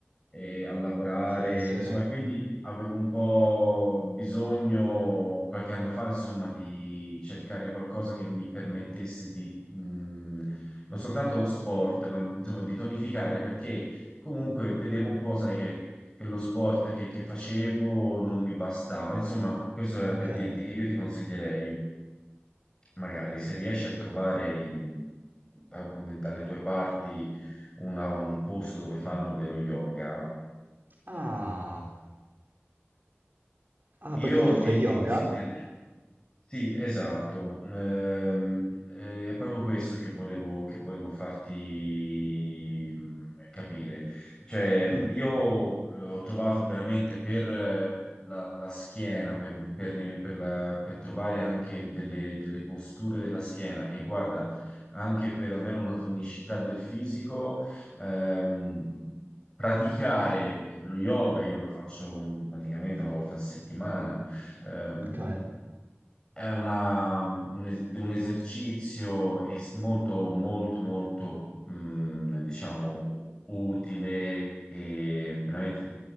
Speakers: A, on the left; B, on the right.
A: e a lavorare,
B: Sì, sì.
A: insomma, e quindi avevo un po' bisogno qualche anno fa, insomma, di cercare qualcosa che mi permettesse di, mh, non soltanto sport, ma insomma, di tonificare, perché comunque vedevo un po', sai che che lo sport che, che facevo non mi bastava. Insomma, questo era
B: Ok.
A: per dirti che io ti consiglierei, magari, se riesci a trovare in- da- dalle tue parti una- un posto dove fanno dello yoga,
B: Ah, ah,
A: io
B: perché tu
A: ti,
B: fai yoga?
A: ti consiglierei. Sì, esatto. Ehm, eh, è proprio questo che volevo, che volevo farti mm, capire. Cioè,
B: Mm,
A: io eh, ho trovato veramente per eh, la, la schiena, per, per- eh, per la- per trovare anche delle, delle posture della schiena e guarda, anche per avere una tonicità del fisico, ehm, praticare lo yoga, io lo faccio mm, praticamente una volta a settimana. Ehm,
B: ok.
A: è una- un, es- un esercizio es- molto, molto, molto, mh, diciamo, utile e veramente